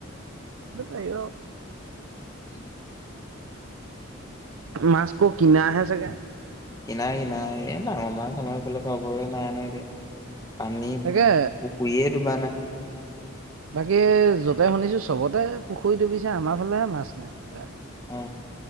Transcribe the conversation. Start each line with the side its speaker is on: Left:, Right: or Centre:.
Right: এটো পায়ীঅ
Left: উম <unintelligible>
Right: মাছ ক কিনা হে চাগে
Left: কিনা, কিনা। এই ডাঙৰ মাছ আমাৰ সেফালে পাবৈ নাই নহয় এতিয়া। পানী
Right: তাকে
Left: পুখুয়ীয়ে দুবা নাই।
Right: বাকী, য'তে শুনিছোঁ চবতে পুখুৰী ডুবিছে, আমাৰ ফালেহে মাছ নাই এইবাৰ।
Left: উ।